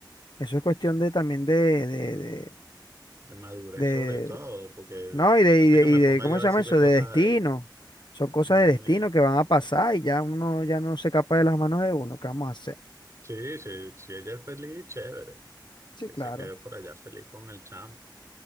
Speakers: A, on the left; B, on the right.
A: eso es cuestión de también de, de, de,
B: de madurez
A: de-
B: sobre todo, porque
A: no, y de,
B: antes
A: y de,
B: que me
A: y de,
B: ponga
A: ¿cómo
B: yo a
A: se
B: decirle
A: llama eso?
B: cosas
A: De destino.
B: a ella,
A: Son cosas
B: Eh,
A: de destino que van a pasar y ya uno ya no se escapa de las manos de uno. ¿Qué vamos a hacer?
B: sí, sí, si ella es feliz, chévere.
A: Sí,
B: que
A: claro.
B: se quede por allá feliz con el chamo.